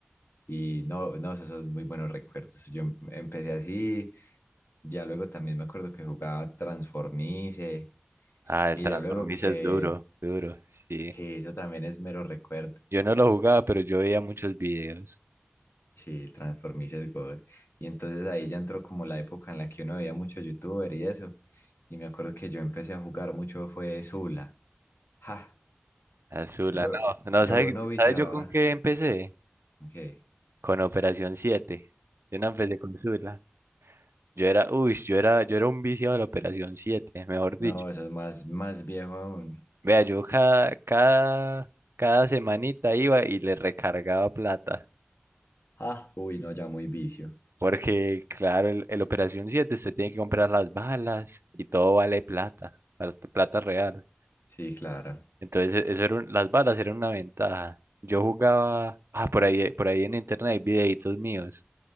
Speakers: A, on the left (about 70°); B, on the right (about 80°).
A: y no, no, esos son muy buenos recuerdos. Yo em- empecé así, ya luego también me acuerdo que jugaba Transformice
B: Ah, el
A: y
B: Transformice
A: ya luego que
B: es duro, duro. Sí.
A: Sí, eso también es mero recuerdo.
B: Yo no lo jugaba, pero yo veía muchos videos.
A: Sí, el Transformice es God. Y entonces ahí ya entró como la época en la que uno veía mucho youtuber y eso. Y me acuerdo que yo empecé a jugar mucho fue Zula. Ja,
B: Azula,
A: yo,
B: no. No,
A: yo
B: ¿sabes
A: no viciaba.
B: sabe yo con qué empecé?
A: Ok.
B: Con Operación Siete. Yo no empecé con Zula. Yo era, uy, yo era, yo era un viciado de la Operación Siete, mejor dicho.
A: No, eso es más, más viejo aún.
B: Vea, yo cada, cada, cada semanita iba y le recargaba plata.
A: Ah, Uy, no, ya muy vicio.
B: Porque, claro, el, el Operación siete usted tiene que comprar las balas y todo vale plata, plat- plata real.
A: Sí, claro.
B: Entonces, e- eso era un- las balas eran una ventaja. Yo jugaba, ah, por ahí, por ahí en internet hay videitos míos.